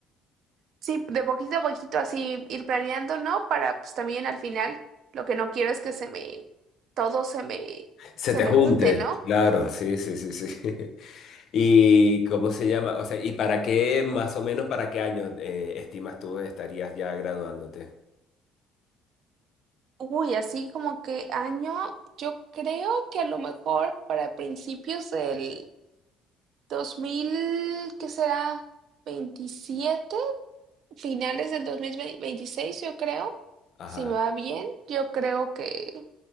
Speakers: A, on the right; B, on the left.
A: Sí, de poquito a poquito así ir planeando, ¿no? Para pues también al final lo que no quiero es que se me, todo se me,
B: Se
A: se
B: te
A: me
B: junte,
A: junte, ¿no?
B: claro, sí, sí, sí, sí. <laughs> ¿Y cómo se llama? O sea, ¿y para qué, más o menos, para qué años eh, estimas tú estarías ya graduándote?
A: Uy, así como que año, yo creo que a lo mejor para principios del 2000, ¿qué será? 27, finales del 2026, yo creo,
B: Ajá.
A: si me va bien, yo creo que